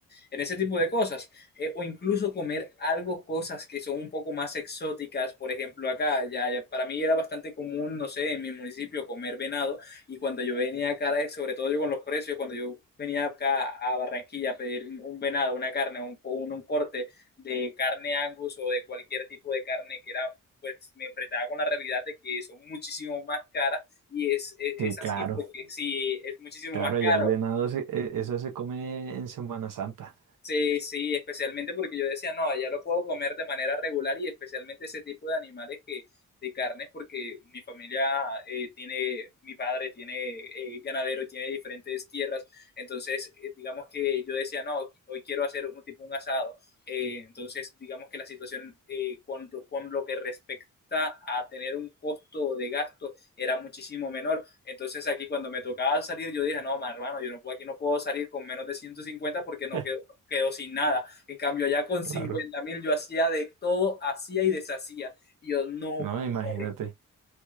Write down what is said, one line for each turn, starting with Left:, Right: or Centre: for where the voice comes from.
Left: en ese tipo de cosas eh, o incluso comer algo, cosas que son un poco más exóticas. Por ejemplo, acá, ya, ya para mí era bastante común, no sé, en mi municipio comer venado. Y cuando yo venía acá, eh, sobre todo yo con los precios, cuando yo venía acá a Barranquilla a pedir un un venado, una carne, un, un, un corte de carne Angus o de cualquier tipo de carne que era pues me enfrentaba con la realidad de que son muchísimo más caras y es, es,
Right: sí,
Left: es
Right: claro,
Left: así, porque sí, es muchísimo
Right: claro,
Left: más
Right: allá
Left: caro.
Right: el venado, se- eh, eso se come en Semana Santa.
Left: Sí, sí, especialmente porque yo decía, no, allá lo puedo comer de manera regular y especialmente ese tipo de animales que, de carnes, porque mi familia eh, tiene, mi padre tiene eh, ganadero, tiene diferentes tierras, entonces eh, digamos que yo decía, no, hoy quiero hacer un tipo un asado, Eh, entonces digamos que la situación eh, con, con lo que respecta a tener un costo de gasto era muchísimo menor, entonces aquí cuando me tocaba salir yo dije, no, ma, hermano, yo no puedo, aquí no puedo salir con menos de 150 porque no
Right: <laughs>
Left: quedo quedó sin nada. En cambio, allá con cincuenta
Right: Claro.
Left: mil yo hacía de todo, hacía y deshacía. Y yo, no,
Right: No,
Left: padre,
Right: imagínate,